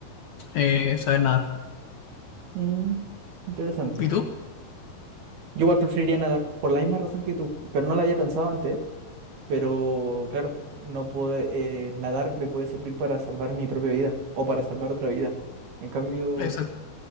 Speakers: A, on the left; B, on the right.
A: eh, saber nadar.
B: Mm, interesante.
A: ¿Y tú?
B: Yo igual preferiría nadar, por la misma razón que tú, pero no la había pensado antes, pero claro, no puede, eh, nadar me puede servir para salvar mi propia vida o para salvar otra vida. En cambio,
A: Exacto.